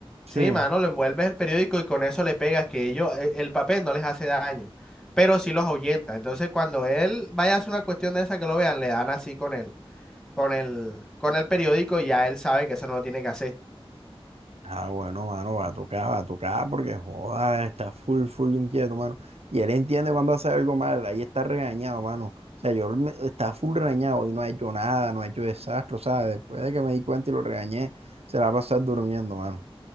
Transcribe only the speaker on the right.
Sí.
Ah, bueno, mano, va a tocar, va a tocar, porque joda, está full, full inquieto, mano. Y él entiende cuando hace algo mal, ahí está regañado, mano. O sea, yo me- está full regañado y no ha hecho nada, no ha hecho desastre, ¿sabes? Después de que me di cuenta y lo regañé, se la va a pasar durmiendo, mano.